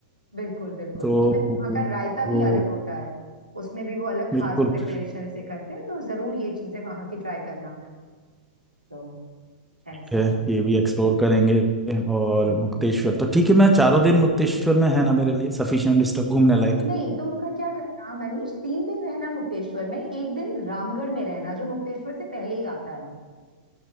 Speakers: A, on the right (about 85°); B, in the centre.
A: बिल्कुल बिल्कुल
B: तो
A: इवन यहाँ
B: वो,
A: का रायता
B: वो
A: भी अलग होता है उसमें भी वो अलग खास
B: बिल्कुल
A: प्रिपरेशन
B: ठीक
A: से करते हैं तो जरूर ये चीजें वहां की ट्राई करना तो ऐसा
B: है ये भी एक्सप्लोर करेंगे और
A: हम्म,
B: मुक्तेश्वर तो ठीक है मैं चारों दिन मुक्तेश्वर में है ना मेरे लिए सफिशिएंट डिस्टर्ब घूमने
A: अ,
B: लायक
A: नहीं तुम का क्या करना मनीष तीन दिन रहना मुक्तेश्वर में एक दिन रामगढ़ में रहना जो मुक्तेश्वर से पहले ही आता है